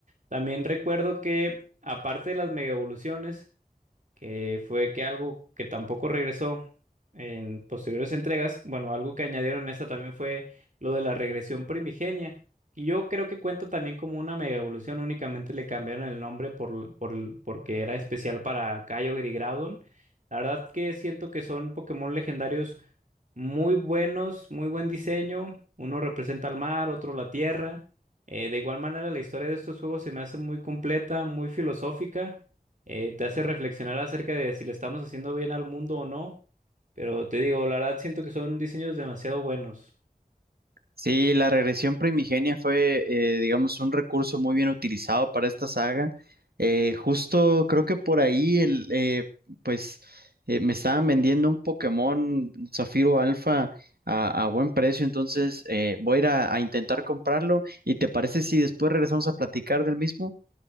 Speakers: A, on the right; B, on the right.
A: También recuerdo que, aparte de las mega evoluciones, que fue que algo que tampoco regresó en posteriores entregas, bueno, algo que añadieron en esta también fue lo de la regresión primigenia, que yo creo que cuenta también como una mega evolución, únicamente le cambiaron el nombre por, por, el- porque era especial para Kyogre y Groudon. La verdad que siento que son Pokémon legendarios muy buenos, muy buen diseño, uno representa al mar, otro la tierra. Eh, de igual manera, la historia de estos juegos se me hace muy completa, muy filosófica eh, te hace reflexionar acerca de si le estamos haciendo bien al mundo o no. Pero te digo, la verdad siento que son diseños demasiado buenos.
B: Sí, la regresión primigenia fue, eh, digamos, un recurso muy bien utilizado para esta saga. Eh, justo creo que por ahí el, eh, pues, eh, me estaban vendiendo un Pokémon Zafiro Alfa a, a buen precio, entonces eh, voy a ir a, a intentar comprarlo. ¿Y te parece si después regresamos a platicar del mismo?